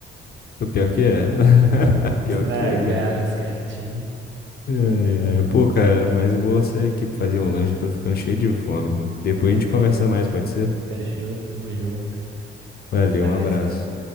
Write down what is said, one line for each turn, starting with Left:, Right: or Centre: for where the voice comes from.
Left: O pior que é. <laughs>
Right: Estragar
Left: Pior que é mesmo.
Right: as cartinhas.
Left: Ai, ai. Pô, cara, mas eu vou sair aqui pra fazer um lanche. Eu tô ficando cheio de fome. Depois
Right: Fe-
Left: a gente conversa mais, pode ser?
Right: Fechou, tamo junto.
Left: Valeu,
Right: Ah,
Left: um abraço.